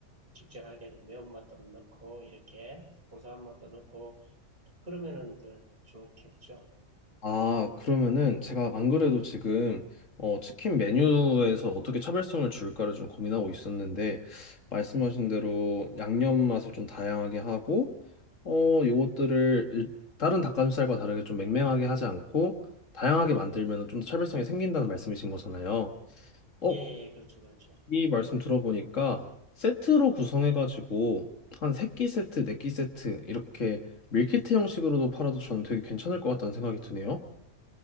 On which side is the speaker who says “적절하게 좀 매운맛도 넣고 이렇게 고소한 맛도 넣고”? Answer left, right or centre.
Right